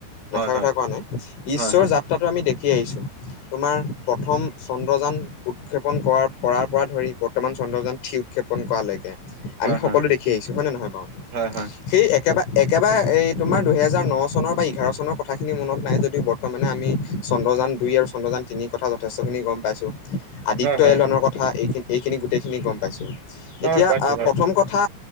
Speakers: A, on the left; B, on the right.
A: নাচা
B: হয়, হয়।
A: কথা কোৱা নাই
B: হয়,
A: ঈশ্বৰ
B: হয়, হয়, হয়,
A: যাত্ৰাটো আমি দেখিছো ঠি আহিছোঁ তোমাৰ প্ৰথম চন্দ্ৰযান উৎক্ষেপণ কৰাৰ কৰাৰ পৰা ধৰি বৰ্তমান চন্দ্ৰযান থ্ৰী উৎক্ষেপন কৰালৈকে আমি সকলো
B: হয়, হয়,
A: দেখি আহিছো হয় নে নহয় বাৰু
B: হয়, হয়,
A: সেই একেবাৰে একেবাৰে এই তোমাৰ দুহেজাৰ ন চনৰ বা এঘাৰ চনৰ কথাখিনি মনত নাই যদিও বৰ্তমানে আমি চ ন্দ্ৰযান দুই আৰু চন্দ্ৰযান তিনি কথা যথেষ্টখিনি গম পাইছোঁ আদিত্যয়
B: হয়,
A: এলানৰ
B: হয়,
A: কথা এইন এইখিনি গোটেইখিনি গম পাইছোঁ
B: হয়
A: এতিয়া
B: পাইছো
A: আহ
B: হয়।
A: প্ৰথম কথা